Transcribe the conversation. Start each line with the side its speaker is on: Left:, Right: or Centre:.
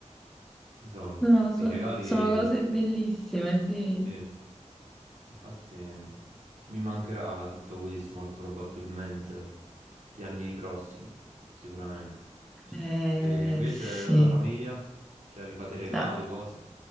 Right: Insomma,
Centre: Non lo so,
Right: i regali...
Centre: sono cose bellissime, sì.
Right: sì. Infatti mi mancherà tutto questo molto probabilmente gli anni prossimi, sicuramente.
Centre: Eh,
Right: E invece
Centre: sì.
Right: la tua famiglia? Cioè vi fate regali,
Centre: Ah,
Right: cose?